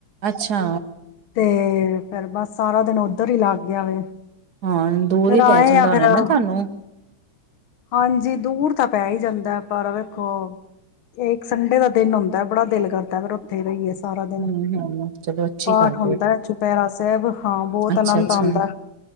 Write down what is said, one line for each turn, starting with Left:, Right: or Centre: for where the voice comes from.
Right: ਅੱਛਾ
Left: ਤੇ ਫੇਿਰ ਬਸ ਸਾਰਾ ਦਿਨ ਉੱਧਰ ਹੀ ਲੱਗ ਗਿਆ ਵ
Right: ਹਾਂ ਦੂਰ
Left: ਫਿਰ
Right: ਹੀ
Left: ਆਏ
Right: ਪੈ ਜਾਂਦਾ
Left: ਆ ਫੇਿਰ
Right: ਹੋਣਾ ਨਾ ਤੁਹਾਨੂੰ
Left: ਹਾਂਜੀ ਦੂਰ ਤੱਕ ਪੈ ਹੀ ਜਾਂਦਾ ਪਰ ਵੇਖੋ ਇਹ ਇੱਕ ਸੰਡੇ ਦਾ ਦਿਨ ਹੁੰਦਾ ਬੜਾ ਦਿਲ ਕਰਦਾ ਫਿਰ ਉੱਥੇ ਰਹੀਏਸੀਂ ਸਾਰਾ ਦਿਨ
Right: ਹੂੰ ਹੂੰ ਚਲੋ ਅੱਛੀ
Left: ਪਾਠ
Right: ਗੱਲ
Left: ਹੁੰਦਾ ਹੈ ਚੁਪਹਿਰਾ ਸਾਹਿਬ ਹਾਂ ਬਹੁਤ
Right: ਅੱਛਾ
Left: ਆਨੰਦ
Right: ਅੱਛਾ
Left: ਆਉਂਦਾ